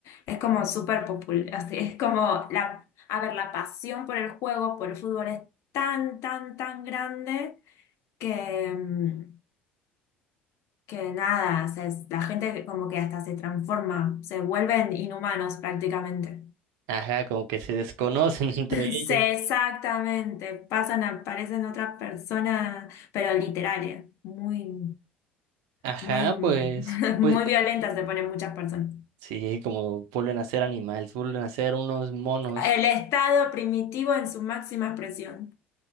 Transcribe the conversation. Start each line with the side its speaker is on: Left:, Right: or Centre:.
Left: Es como súper popular, así es como la, a ver, la pasión por el juego, por el fútbol es tan, tan, tan grande que mm, que nada, se- la gente como que hasta se transforma, se vuelven inhumanos prácticamente. <laughs>
Right: Ajá, como que se desconocen <laughs> entre ellos.
Left: Sí, exactamente, pasan, a- parecen otras personas, pero literales, muy,
Right: Ajá,
Left: muy, <laughs>
Right: pues, pues
Left: muy violentas se ponen muchas personas.
Right: sí, como vuelven a ser animales, vuelven a ser unos monos.
Left: El estado primitivo en su máxima expresión.